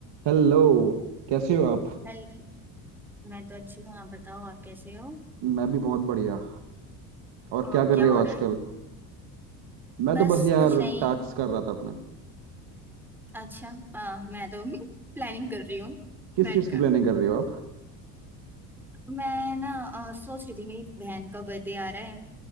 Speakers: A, on the right; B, in the centre.
A: हेलो कैसे हो आप
B: Hello मैं तो अच्छी हूँ आप बताओ आप कैसे हो
A: मैं भी बहुत बढ़िया और
B: और
A: क्या कर
B: क्या
A: रहे
B: हो
A: हो आजकल
B: रहा है
A: मैं
B: बस
A: तो बस यार
B: कुछ नहीं
A: टास्क कर रहा था अपने
B: अच्छा अ, मैं तो <laughs> प्लानिंग कर रही हूँ
A: किस
B: बैठकर
A: चीज़ की प्लानिंग कर रहे हो आप
B: मैं ना अ, सोच रही थी मेरी बहन का बर्थडे आ रहा है